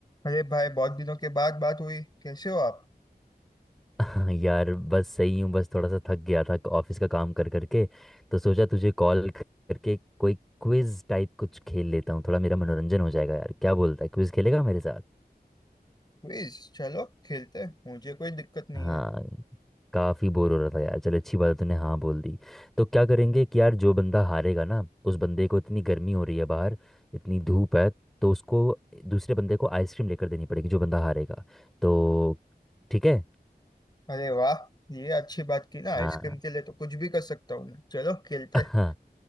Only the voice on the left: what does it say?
अरे भाई बहुत दिनों के बाद बात हुई कैसे हो आप
प्लीज चलो खेलते हैं मुझे कोई दिक्कत नहीं
है
अरे वाह ये अच्छी बात की ना आइसक्रीम
के लिए तो कुछ भी कर सकता हूँ मैं चलो खेलते
हैं